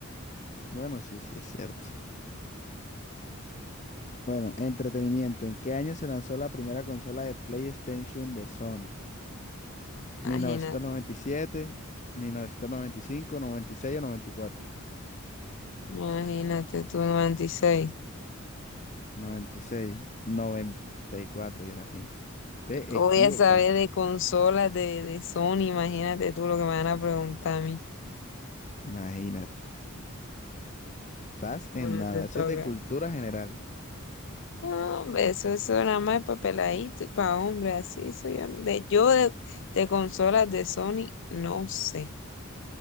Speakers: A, on the left; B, on the left.
A: Bueno, sí, sí, es cierto. Bueno, entretenimiento. ¿En qué año se lanzó la primera consola de PlayStation de Sony? ¿Mil
B: Imagínate,
A: mil novecientos novecientos noventa noventa y y siete, mil novecientos noventa y cinco, noventa y seis o 94?
B: imagínate tú, 96.
A: noventa noventa y seis noventa y cuatro Geraldine. Te
B: ¿Qué voy
A: equivocaste.
B: a saber de consolas de, de Sony? Imagínate tú lo que me van a preguntar a mí.
A: Imagínate. Estás
B: Bueno,
A: en nada.
B: te toca.
A: Eso es de cultura general.
B: No, hombre, eso, eso nada más para peladito y para hombre, así soy yo. De, yo de, de consolas de Sony no sé.